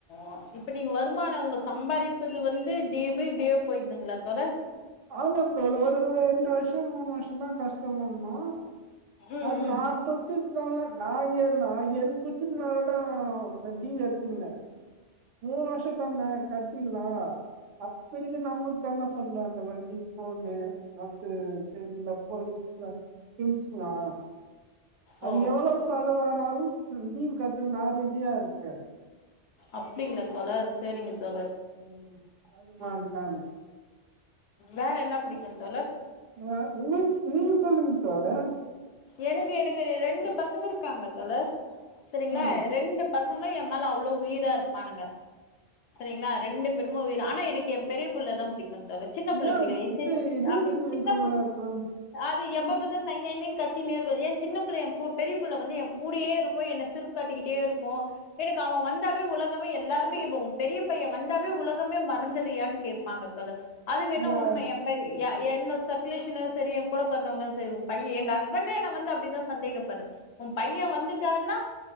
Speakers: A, on the left; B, on the right.
A: ஆ இப்ப நீங்க வருமான அவ்ங்க சம்பாரிப்பதுல வந்து டீவு இப்டியே போய்ட்துங்ளா தோழர்
B: ஆமா தோளோ ஒரு ரெண்டு வருஷ மூணு வருஷந்தா கஷ்ட <unintelligible>
A: ம்
B: அது
A: ம்
B: நான்சச்ச நா ஏ நா ஏ எனக்கு புச்சினால தா டிவி எத்துகுன மூணு வருஷ தான கட்டில்லா அப்பிறகு நம்மக்கு தான செல்லோ அந்த வண்டி போனுு மத்த <unintelligible> கிங்ஸ்னா அது
A: ஓ
B: எவ்வள செலவானாலு டீவு கட்ட நா ரெடியா இருக்க
A: அப்டிங்களா தோழர் சரிங்க தோழர் ம்
B: அது மாதிரிதாங்க.
A: ம் வேற என்ன பிடிக்கும் தோழர்
B: ஆ நீங்க சொல்லுங்க தோழர்
A: எனக்கு எனக்கு ரெண்டு பசங்க இருக்காங்க தோழர் சரிங்களா
B: ஆ
A: ரெண்டு பச சங்கள என் மேல அவ்ளோ உயிரா இருப்பானுங்க சரிங்களா ரெண்டு பேருமே உயிர ஆனா எனக்கு எ பெரிய புள்ள தா பிடிக் கும் தோழர் சின்ன புள்ள
B: ஏன்
A: புடிக்காது
B: சரி ரீசன்
A: அப்படி
B: இருக்கும்ல
A: சின்ன புள்
B: தோழர்.
A: அது எப்ப
B: ம்
A: பார்த்தாலு நய் நய் நய்ன் கும் என் சின்ன பிள்ள பெரிய புள்ள வந்து என் கூடயே இருக்கு என்ன சிரிப்பு காட்டினே இருக்கு எனக்கு அவ வந்தாவே உலகமே எல்லாருமே பெரிய பைய வந்தாவே உலகமே மறந்துறியான்னு கேட்பாங்க தோழர் அது வேணா
B: யா
A: உண்மை என் என்ன சர்க்குலேஷன் சரி கூட பெறந்தவங்கள சரி உ பைய எங்க ஹஸ்பண்ட் பண்டே என்ன வந்து அப்படிதா சந்தேகப்படுற உ பைய வந்துட்டான்னா